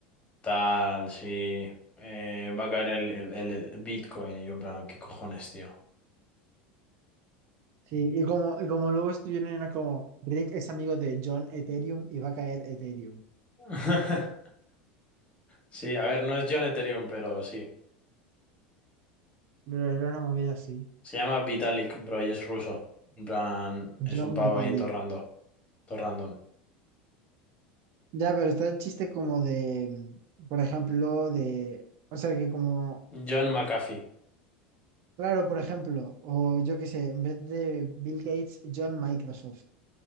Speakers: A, on the left; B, on the right.
A: tal, sí, eh, va a caer el, el- el- el Bitcoin. Y yo en plan, ¿qué cojones, tío?
B: Sí, y como, y como luego estuvieron era como Rick es amigo de John Ethereum y va a caer Ethereum.
A: <laughs> Sí, a ver, no es John Ethereum, pero sí.
B: Pero era una movida así.
A: Se llama Vitalik, bro, y es ruso. En plan, es
B: John
A: un pavo
B: Vitalik.
A: ahí torrando, random. todo random.
B: Ya, pero está el chiste como de, mm, por ejemplo, de, o sea que como,
A: John McAfee,
B: claro, por ejemplo, o yo qué sé, en vez de Bill Gates, John Microsoft.